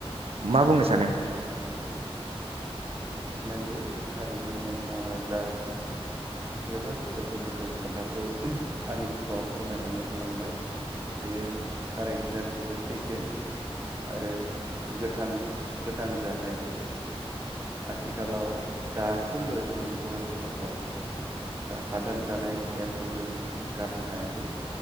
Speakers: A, on the right; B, on the right.
A: मा बुंनो सानो?
B: नंगौ थार ओंखायनो नोंथाङा जा जोबोद गोथौ गोथौ खोथाखौ आंनि सिगाङाव फोरमायनानै होलांबाय। बेयो थारैनो गास गासैबो सैथो। आरो गोथां गोथां जाथाय आथिखालाव दासिमबो जोंनि बर' <unintelligible> ओ हादान जानाय नेमखौ जों गारनो हायाखै